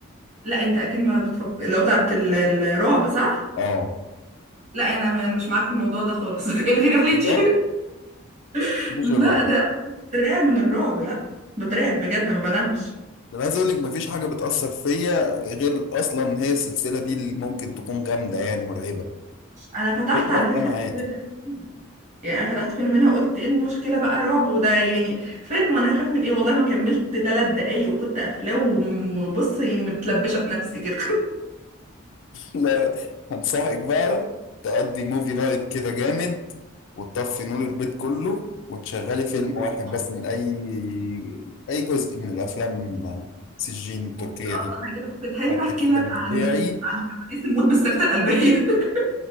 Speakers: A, on the right; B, on the left.
A: لا انت اكيد ما بتفكر اللي هو بتاعت ال- الرعب صح
B: اه
A: لا انا انا مش معاك في الموضوع ده خالص <laughs> الغي رحلتي
B: اه
A: <laughs>
B: مش
A: لا
B: الرعب
A: ده بترعب من الرعب لا بترعب بجد ما بنامش
B: ده انا عايز اقول لك مفيش حاجه بتاثر فيا غير اصلا هي السلسله دي اللي ممكن تكون جامده يعني مرعبه
A: انا فتحت
B: بقيت الافلام
A: على فكره
B: عادي
A: قبل كده تلات
B: <laughs>
A: فيلم. يعني انا فتحت فيلم منها وقلت ايه المشكله بقى رعب وده يعني فيلم وانا هخاف من ايه والله ما كملت ثلاث دقايق وكنت قافلاه وم- وبص يعني متلبشه في نفسي كده
B: لا هنصحك بقى تقضي موفي نايت كده جامد وتطفي نور البيت كله وتشغلي فيلم
A: <laughs>
B: واحد بس من أي أي جزء من الأفلام سجين التركية
A: وان شاء
B: دي
A: الله هجيلك في الحلم
B: هتستمتعي
A: احكي لك عن عن كواليس الموت بالسكته القلبيه <laughs>